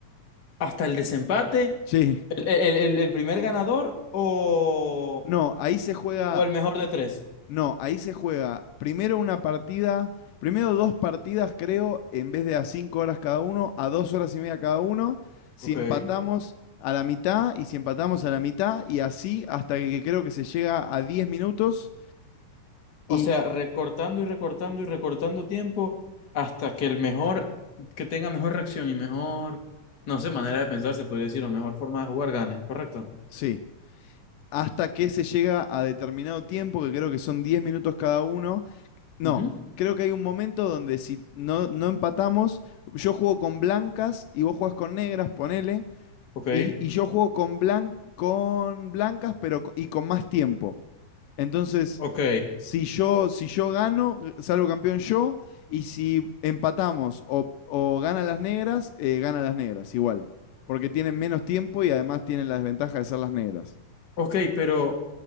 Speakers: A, on the left; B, on the left.
A: hasta el desempate,
B: Sí.
A: el, el, el el primer ganador o,
B: No, ahí se juega,
A: o el mejor de tres.
B: no, ahí se juega primero una partida, primero dos partidas, creo, en vez de a 5 horas cada uno, a 2 horas y media cada uno, si
A: Ok.
B: empatamos a la mitad y si empatamos a la mitad y así hasta que, que creo que se llega a diez minutos
A: O
B: y
A: sea, recortando y recortando y recortando tiempo hasta que el mejor, que tenga mejor reacción y mejor, no sé, manera de pensar, se puede decir, o mejor forma de jugar gane, ¿correcto?
B: sí, hasta que se llega a determinado tiempo, que creo que son diez minutos cada uno No,
A: Ujú.
B: creo que hay un momento donde si no, no empatamos, yo juego con blancas y vos jugás con negras, ponele,
A: Ok,
B: y, y yo juego con, blan- con blancas pero, co- y con más tiempo. Entonces,
A: ok,
B: si yo, si yo gano, salgo campeón yo, y si empatamos o, o ganan las negras, eh, ganan las negras, igual. Porque tienen menos tiempo y además tienen la desventaja de ser las negras.
A: ok, pero